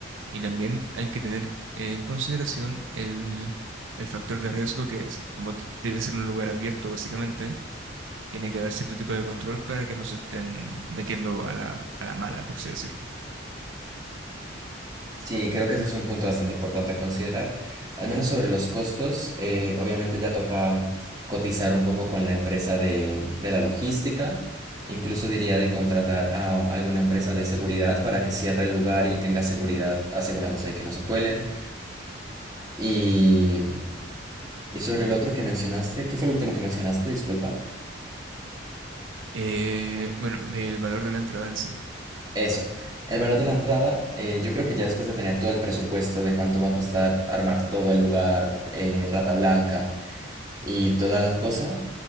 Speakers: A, on the right; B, on the right.
A: Y también hay que tener en consideración el, el factor de riesgo que es, como t- debe ser un lugar abierto, básicamente Tiene que haber cierto tipo de control para que no se estén metiendo a la, a la mala, por así decirlo.
B: Sí, creo que ese es un punto bastante importante a considerar. Al menos sobre los costos, eh, obviamente ya toca cotizar un poco con la empresa de, de la logística. Incluso diría de contratar a alguna empresa de seguridad para que cierre el lugar y tenga seguridad asegurándose de que no se cuelen. Y, y sobre el otro que mencionaste, ¿qué fue el último que mencionaste? Disculpa.
A: Eh, bueno, del valor de la entrada en sí.
B: Eso. El valor de la entrada, eh, yo creo que ya después de tener todo el presupuesto de cuánto va a costar armar todo el lugar, eh, Rata Blanca y toda la cosa,